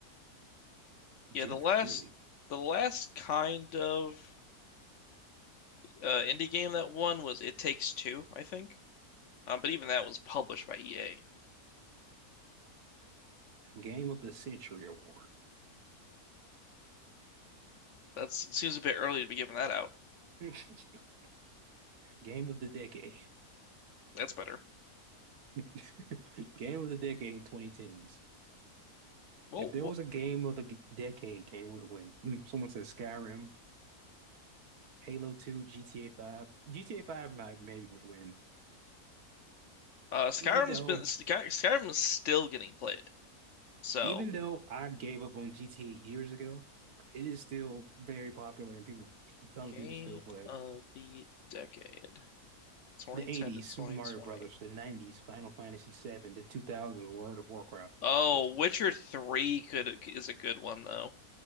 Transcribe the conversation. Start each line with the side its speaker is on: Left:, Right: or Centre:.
Right: Jeff
Left: yeah, the last
Right: Keighley,
Left: the last kind of uh indie game that won was It Takes Two, I think. Um, but even that was published by EA.
Right: Game of the Century Award,
Left: That's it seems a bit early to be giving that out.
Right: <laughs> Game of the Decade,
Left: That's better.
Right: <laughs> Game of the Decade 2010s.
Left: Well,
Right: If there
Left: what,
Right: was a game of the g- decade, game would have win. Mm, someone said Skyrim, Halo 2, GTA 5. GTA 5 might maybe would win.
Left: uh, Skyrim's
Right: Even though,
Left: been Sky, Skyrim is still getting played. So,
Right: even though I gave up on GTA years ago, it is still very popular and people, a ton
Left: game
Right: of people still play
Left: of
Right: it.
Left: the decade, 2010
Right: The 80s,
Left: to
Right: Super
Left: 2020.
Right: Mario Brothers, the 90s, Final Fantasy 7, the 2000s, World of Warcraft.
Left: Oh,
Right: The
Left: Witcher 3 could is a good one though.